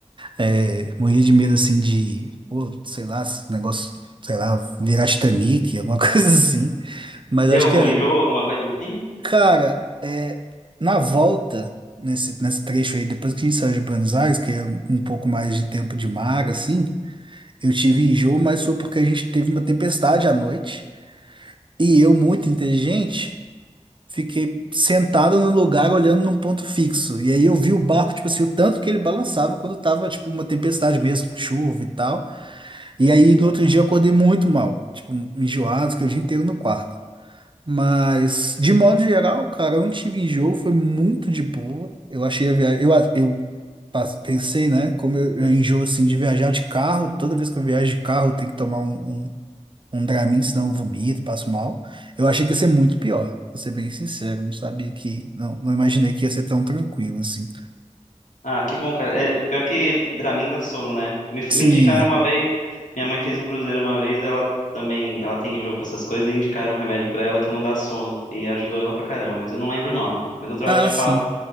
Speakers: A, on the right; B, on the left.
A: É, morria de medo assim de, pô, sei lá, esse negócio, sei lá, virar Titanic, alguma <laughs> coisa assim. Mas
B: Deu
A: acho
B: algum
A: que, é-
B: enjoo, alguma coisa assim?
A: cara, é, na volta, nesse, nesse trecho aí, depois que a gente saiu de Buenos Aires, que é um pouco mais de tempo de mar, assim, eu tive enjoo, mas foi porque a gente teve uma tempestade à noite. E eu, muito inteligente, fiquei sentado no lugar olhando num ponto fixo. E aí eu vi o barco, tipo assim, o tanto que ele balançava quando tava, tipo, uma tempestade mesmo, com chuva e tal. E aí, no outro dia, eu acordei muito mal, tipo, enjoado, fiquei o dia inteiro no quarto. Mas, de modo geral, cara, eu não tive enjoo, foi muito de boa. Eu achei a viagem. Eu, a- eu pas- pensei, né? Como eu, eu enjoo assim de viajar de carro, toda vez que eu viajo de carro, eu tenho que tomar um, um, um Dramin, senão eu vomito, passo mal. Eu achei que ia ser muito pior, vou ser bem sincero. Não sabia que. Não, não imaginei que ia ser tão tranquilo assim.
B: Ah, que bom, cara. É, pior que Dramin dá sono, né? Me,
A: Sim.
B: me indicaram uma vez, minha mãe fez um cruzeiro uma vez, ela também, ela tem jogo com essas coisas, e indicaram um remédio pra ela que não dá sono, e ajudou ela pra caramba, mas eu não lembro o nome. Mas outra
A: Ah,
B: hora eu te
A: sim.
B: falo.